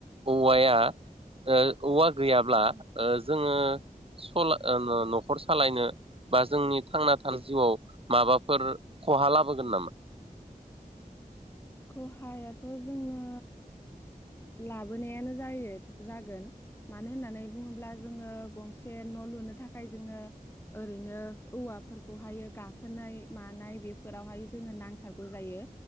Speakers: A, on the right; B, on the left.
A: औ औवाया ओ औवा गैयाब्ला ओ जोङो सला ओ न-न-न'खर सालायनो बा जोंनि थांना थानाय जिउआव माबाफोर खहा लाबोगोन नामा?
B: खहायाथ' जोंनो लाबोनायानो जायो जागोन मानो होननानै बुङोब्ला जोङो गंसे न' लुनो थाखाय जोङो ओरैनो औवाफोरखौहाय गाखोनाय मानाय बेफोरावहाय जोङो नांथारगौ जायो।